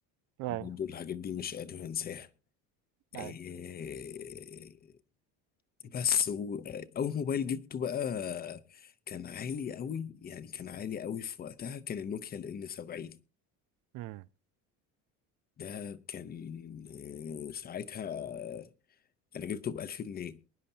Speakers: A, on the right (about 60°); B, on the left (about 30°).
A: اي
B: برضه الحاجات دي مش قادر أنساها إيه،
A: اي
B: بس وأول موبايل جبته بقى كان عالي قوي يعني كان عالي قوي في وقتها كان النوكيا ال N70
A: امم
B: ده كان آه، ساعتها انا جبته ب 1000 جنيه